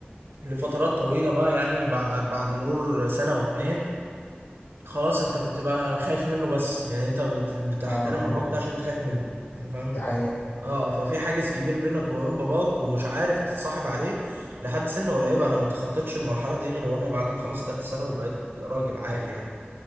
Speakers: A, on the right; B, on the left.
A: لفترات طويلة بقى يعني بعد بعد مرور سنة واتنين خلاص انت بتبقى خايف منه بس يعني انت بت- بتحترم
B: اه اه
A: باباك ده عشان انت خايف منه يعني فاهم
B: دي حقيقه
A: اه ففي حاجز كبير بينك وما بين باباك ومش عارف تتصاحب عليه لحد سن قريبه انا ما تخطيتش المرحله دي غير وانا بعد ما خلصت ثالثه ثانوي وبقيت راجل عاقل يعني